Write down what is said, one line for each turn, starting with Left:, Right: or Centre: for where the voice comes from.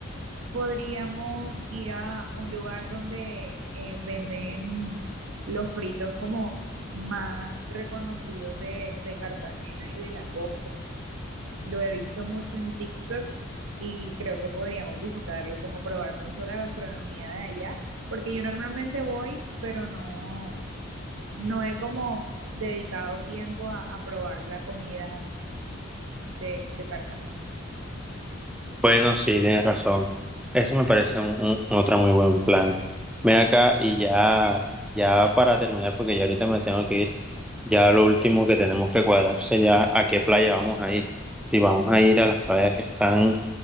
Right: podríamos ir a un lugar donde eh, venden los fritos como más reconocidos de, de Cartagena y de la costa. Lo he visto mucho en TikTok y creo que podríamos visitarlo, como probar mucho la gastronomía de allá, porque yo normalmente voy, pero no, no he como dedicado tiempo a, a probar la comida de, de Cartagena.
Centre: Bueno, sí, tienes razón. Eso me parece un, un- otro muy buen plan. Ven acá y ya, ya para terminar, porque ya ahorita me tengo que ir. Ya lo último que tenemos que cuadrar sería a qué playa vamos a ir. Si vamos a ir a las playas que están